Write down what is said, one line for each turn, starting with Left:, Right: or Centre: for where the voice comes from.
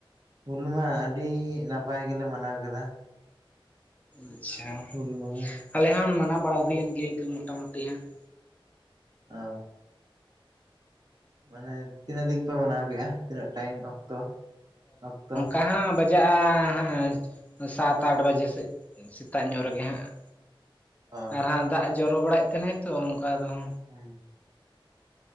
Right: ᱦᱚᱞᱟ ᱟᱹᱰᱤ ᱱᱟᱯᱟᱭ ᱜᱮᱞᱮ ᱢᱟᱱᱟᱣ ᱠᱮᱫᱟ ᱾
Left: ᱟᱪ-ᱪᱷᱟ,
Right: ᱦᱩᱞ ᱢᱟᱦᱟ
Left: ᱟᱞᱮ ᱦᱚᱸ ᱢᱟᱱᱟᱣ ᱵᱟᱲᱟ ᱦᱩᱭᱮᱱ ᱜᱮᱭᱟ ᱤᱱᱠᱟᱹ ᱢᱚᱴᱟᱢᱩᱴᱤ ᱦᱟᱸᱜ ᱾
Right: ᱚᱸ ᱾ ᱢᱟᱱᱮ ᱛᱤᱱᱟᱹᱜ ᱫᱤᱱ ᱯᱮ ᱢᱟᱱᱟᱣ ᱠᱮᱜᱼᱟ ᱛᱤᱱᱟᱹᱜ ᱴᱟᱹᱭᱤᱢ ᱚᱠᱛᱚ, ᱚᱠᱛᱚ?
Left: ᱦᱟᱸ -ᱦᱟᱸ ᱵᱟᱹᱜ ᱡᱟ ᱻᱻᱦᱟᱸᱜ ᱥᱟᱛ, ᱟᱴ ᱵᱟᱡᱮ ᱥᱮᱫ ᱥᱮᱛᱟᱜ ᱧᱚᱜ ᱨᱮᱜᱮ ᱦᱟᱸᱜ ᱾
Right: ᱚ
Left: ᱟᱨ ᱦᱟᱸᱜ ᱫᱟᱜ ᱮ ᱡᱚᱨᱚ ᱵᱟᱲᱟᱭᱮᱫ ᱛᱟᱦᱮᱱᱟᱭ ᱛᱚ ᱚᱝᱠᱟ ᱫᱚ ᱾
Right: ᱦᱩᱸ ᱾